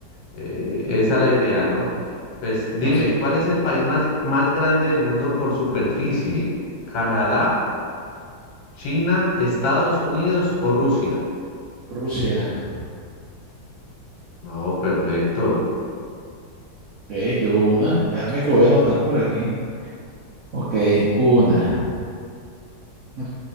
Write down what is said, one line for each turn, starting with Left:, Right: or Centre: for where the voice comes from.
Left: Eh, esa es la idea, ¿no? Pues dime,
Right: Así,
Left: ¿cuál es el país más, más grande del mundo por superficie? ¿Canadá, China, Estados Unidos o Rusia?
Right: Rusia.
Left: No, perfecto.
Right: Ok, llevo una. Déjame que voy a anotar por aquí. Ok, una. Ok,